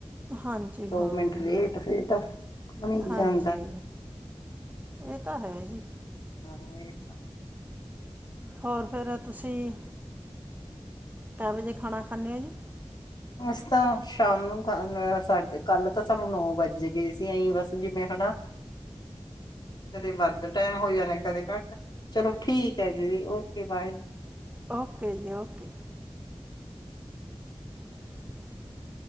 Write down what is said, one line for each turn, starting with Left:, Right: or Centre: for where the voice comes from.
Right: ਹਾਂਜੀ
Left: ਦੋ
Right: ਹਾਂ,
Left: ਮਿੰਟ ਲੇਟ ਫੇਰ ਤਾਂ ਬਣੀ
Right: ਹਾਂਜੀ
Left: ਜਾਂਦਾ
Right: ਇਹ ਤਾਂ ਹੈ ਜੀ
Left: ਹਾਂ ਇਹਕ
Right: ਹੋਰ ਫਿਰ ਤੁਸੀਂ, ਕੈ ਵਜੇ ਖਾਣਾ ਖਾਂਦੇ ਹੋ ਜੀ
Left: ਅਸੀ ਤਾਂ ਸ਼ਾਮ ਨੂੰ ਕ ਸਾਡੇ, ਕੱਲ ਤਾਂ ਸਾਨੂੰ ਨੌ ਵੱਜ ਗਏ ਸੀ ਤੇ ਆਈ ਵਸ ਜਿਵੇ ਹਨਾ ਕਦੇ ਵੱਧ ਟਾਈਮ ਹੋ ਜਾਣੇ, ਕਦੇ ਘੱਟ, ਚਲੋ ਠੀਕ ਹੈ ਦੀਦੀ ਓਕੇ ਬਾਏ
Right: ਓਕੇ ਜੀ ਓਕੇ <inaudible>